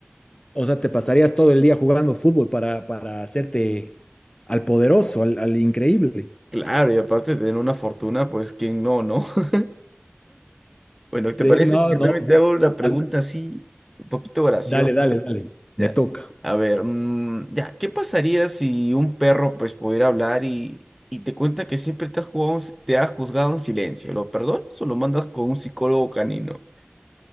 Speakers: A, on the left; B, in the centre.
A: O sea, te pasarías todo el día jugando fútbol para, para hacerte al poderoso, al, al increíble.
B: Claro, y aparte de tener una fortuna, pues quién no, ¿no? <laughs> Bueno, ¿te
A: Te-
B: parece
A: no,
B: si yo
A: no.
B: también te hago una pregunta
A: Ah,
B: así, un poquito graciosa?
A: Dale, dale, dale.
B: Ya.
A: Me toca.
B: A ver, mm, ya, ¿qué pasaría si un perro pues pudiera hablar y, y te cuenta que siempre te ha jugado, en si- te ha juzgado en silencio? ¿Lo perdonas o lo mandas con un psicólogo canino?